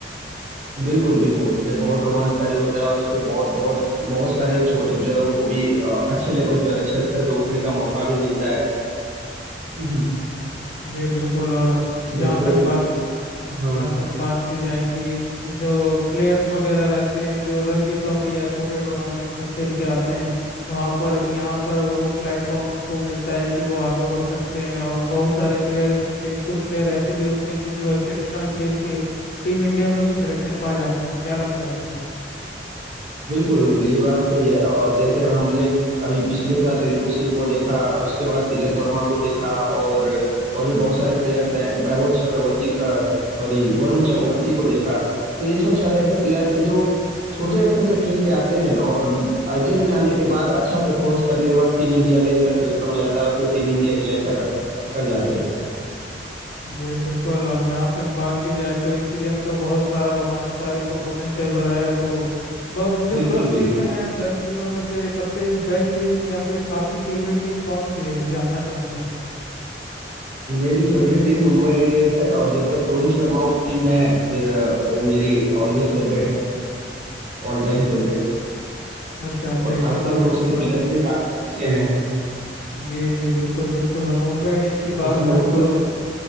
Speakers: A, on the right; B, on the left.
A: बिल्कुल बिल्कुल ये बहुत रोमांचकारी होता है और इसमें बहुत बहुत बहुत सारे छोटे प्लेयरों को भी अ, अच्छे लेवल पे अच्छे स्तर पे उठने का मौका भी मिलता है हम्म।
B: जी बिल्कुल और जहाँ
A: जैसे
B: तक बात
A: हाँ
B: जहाँ तक बात की जाए कि जो प्लेयर्स वगैरह रहते हैं जो रणजी ट्रॉफी या छोटे टूर्नामेंट्स में खेल के आते हैं वहाँ पर यहाँ पर वो प्लेटफॉर्म उनको मिलता है कि वो आगे बढ़ सकते हैं और बहुत सारे प्लेयर्स में से कुछ प्लेयर ऐसे भी होते हैं कि जो एक्सेप्शनल खेल के टीम इंडिया में भी सिलेक्शन पा जाते हैं क्या लगता है आपको
A: बिल्कुल बिल्कुल ये बात सही है और जैसे हमने अभी पिछले साल रिंकू सिंह को देखा उसके बाद तिलक वर्मा को देखा और और भी बहुत सारे प्लेयर्स हैं वैभव चक्रवर्ती सॉरी वरुण चक्रवर्ती को देखा तो ये सब सारे ऐसे प्लेयर्स हैं जो छोटे स्तर पे खेल के आते हैं और आईपीएल में आने के बाद अच्छा परफॉर्मेंस करने के बाद टीम इंडिया में इनका सिलेक्शन हो जाता है और फिर टीम इंडिया के लिए अच्छा कर कर जाते हैं
B: जी बिल्कुल और जहाँ तक बात की जाए तो इस सीजन तो बहुत सारा रोमांचकारी परफॉर्मेंस चल रहा है तो ब- जब
A: बिल्कुल
B: दस
A: बिल्कुल
B: टीमें हैं दस टीमों में से सबसे बेस्ट टीम या फिर आपकी फेवरेट टीम कौन सी है मैं जानना चाहूँगा
A: मेरी फेवरेट टीम मुंबई इंडियंस है और जब तक रोहित शर्मा उस टीम में है फिर अ, वो मेरी ऑलवेज फेवरेट है ऑल टाइम फेवरेट
B: अच्छा अच्छा
A: और
B: ये
A: खासकर
B: तो बहुत अच्छी
A: उसके
B: बात
A: प्लेयर्स
B: है
A: भी काफी अच्छे हैं
B: जी जी बिल्कुल बिल्कुल और मुंबई इंडियंस की बात
A: उसमें
B: कहूँ
A: खुद
B: तो